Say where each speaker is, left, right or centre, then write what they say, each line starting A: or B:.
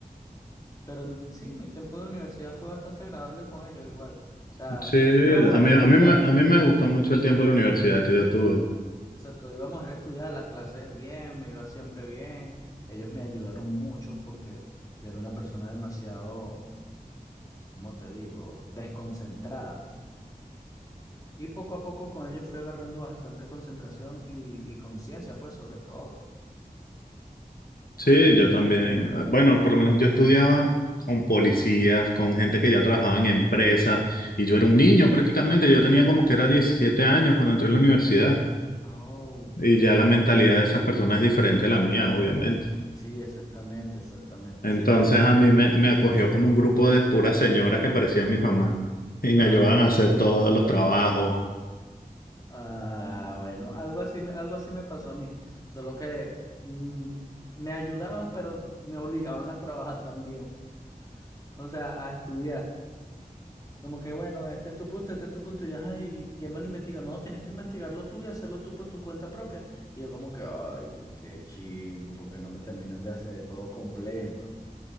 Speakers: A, on the left; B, on the left.
A: pero mi- sí, mi tiempo de universidad fue bastante agradable con ellos igual. O sea,
B: Sí,
A: íbamos
B: a
A: a ir
B: mí,
A: a estudiar,
B: a mí, me- a mí me gustó mucho el tiempo en la universidad que yo tuve.
A: exacto, íbamos a ir a estudiar las clases bien, me iba siempre bien, ellos me ayudaron mucho porque yo era una persona demasiado, ¿cómo te digo?, desconcentrada. Y poco a poco con ello fui agarrando bastante concentración y, y conciencia, pues, sobre todo.
B: Sí, yo también. Ah, Bueno, por lo menos yo estudiaba con policías, con gente que ya trabajaba en empresas, y yo era un niño prácticamente. Yo tenía como que era 17 años cuando entré a la universidad.
A: Oh,
B: Y ya la mentalidad de esas personas es diferente a la mía, obviamente.
A: sí, exactamente, exactamente.
B: Entonces
A: Sí,
B: a mí me, me acogió como un grupo de puras señoras que parecían mis mamás y me
A: ay,
B: ayudaban a hacer todos los trabajos.
A: ah, bueno, algo así, me- algo así me pasó a mí, solo que mm, me ayudaban, pero me obligaban a trabajar también, o sea, a estudiar. Como que, bueno, este es tu punto, este es tu punto, y ya, ay, ¿quién me lo investiga? No, tienes que investigarlo tú y hacerlo tú por tu cuenta propia. Y yo como que, ay, qué chimbo, porque no me terminan de hacer todo completo.